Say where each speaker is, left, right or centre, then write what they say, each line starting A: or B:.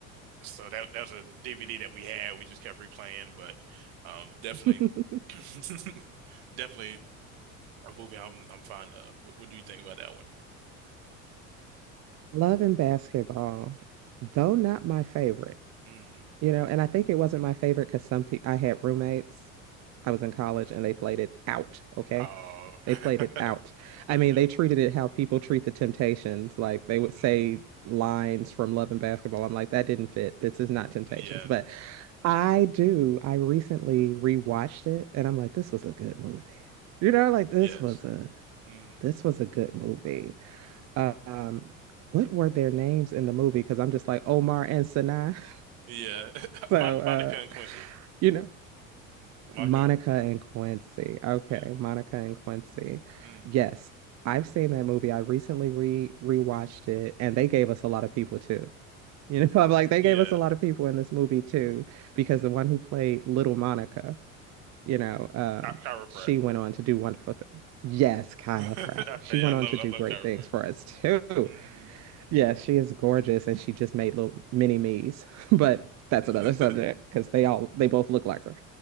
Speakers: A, on the right (about 65°); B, on the right (about 40°).
A: So that that was a DVD that we had. We just kept replaying, but um, definitely,
B: <laughs>
A: <laughs> definitely a movie I'm I'm fond of. What, what do you think about that one?
B: Love and basketball, though not my favorite,
A: Mm.
B: you know, and I think it wasn't my favorite because some people I had roommates. I was in college and they played it out. Okay.
A: Oh,
B: They
A: <laughs>
B: played it out.
A: okay.
B: I mean, they treated it how people treat the Temptations. Like they would say
A: Mm.
B: lines from Love and Basketball. I'm like, that didn't fit. This is not Temptations.
A: Yeah.
B: But
A: no.
B: I do. I recently rewatched it and I'm like, this was a good movie. You know, like this
A: Yes.
B: was a
A: Mm.
B: this was a good movie. Um, what were their names in the movie? Because I'm just like Omar and Sinai. <laughs>
A: Yeah. <laughs>
B: So,
A: Mon Monica
B: uh,
A: and Quincy.
B: you know,
A: Monica
B: Monica
A: and
B: and Quincy. Okay,
A: yeah.
B: Monica and Quincy.
A: Mm.
B: Yes, I've seen that movie. I recently re rewatched it, and they gave us a lot of people too. You know, <laughs> I'm like they
A: Yeah.
B: gave us a lot of people in this movie too, because
A: Mm.
B: the one who played Little Monica, you know, um,
A: Chi- chiropract.
B: she went on to do wonderful things. Yes, Kyla
A: <laughs>
B: Pratt. She
A: Hey,
B: went
A: I love
B: on to do
A: I love
B: great
A: chiropract.
B: things for us too.
A: hmm
B: Yeah, she is gorgeous and she just made little mini me's, <laughs> but
A: Yeah.
B: that's
A: <laughs>
B: another subject because they all they both look like her.